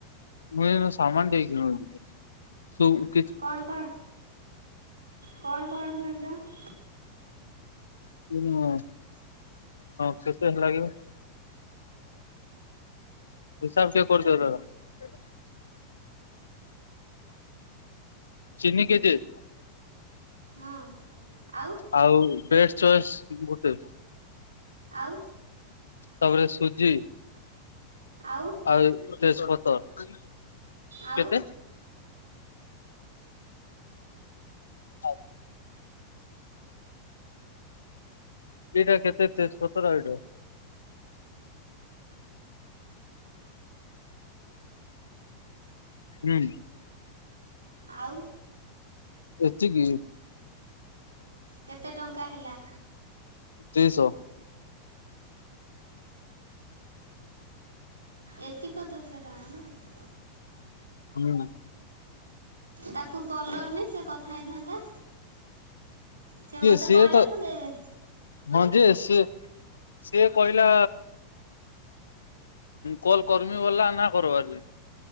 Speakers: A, on the left; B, on the right.
A: ମୁଁ ଏଇ ସାମାନ ଦେଇିକି <unintelligible>
B: କଣ, କଣ, କଣ, କଣ କିଣୁଚ?
A: <inaudible> ହଁ କେତେ ହେଲାକି ଆଉ। ହିସାବ ଟିକେ କରଦିଅ ଦାଦା। ଚିନି କେଜିଏ
B: ହଁ ଆଉ।
A: ଆଉ ବେଷ୍ଟ ଚଏସ୍ ଗୋଟେ।
B: ଆଉ।
A: ତାପରେ ସୁଜି।
B: ଆଉ।
A: ଆଉ ତେଜପତର
B: ଆଉ
A: କେତେ? ଆଜି। ଏଇଟା କେତେ ତେଜ ପତର ଏଇଟା। ହୁଁ।
B: ଆଉ।
A: ଏତିିକି।
B: କେତେ ଟଙ୍କା ହେଲା?
A: ଦୁଇଶହ।
B: ଏତିକ ଦୁଶ ଟଙ୍କା ନୁହେଁ।
A: ହୁଁ।
B: ତାକୁ କଲନି ସେ କଥା ହେଇଥାନ୍ତା। ସେ
A: କିଏ
B: ମତେ
A: ସିଏ
B: କହିଲା
A: ତ
B: ମୁଁ ଦେଇଦେଲି।
A: ହଁ ଯେ ସି ସିଏ କହିଲା କହ କର୍ମୀ ବଲା ନା କରବାର